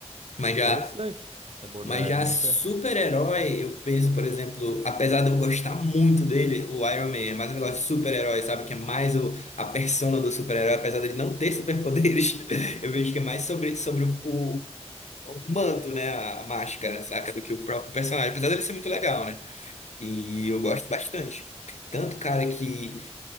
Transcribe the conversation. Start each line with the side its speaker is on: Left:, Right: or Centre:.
Left: Mas
Right: interessante
Left: já
Right: essa abordagem,
Left: mas já
Right: nunca.
Left: super-herói, eu penso, por exemplo, apesar de eu gostar muito dele, o Iron Man é mais um negócio de super-herói, sabe? Que é mais o, a persona do super-herói, apesar dele não ter superpoderes, <laughs> eu vejo que é mais sobre, sobre o, o- o manto, né? A, a máscara, saca? Do que o próprio personagem, apesar dele ser muito legal, né? E eu gosto bastante. Tanto, cara, que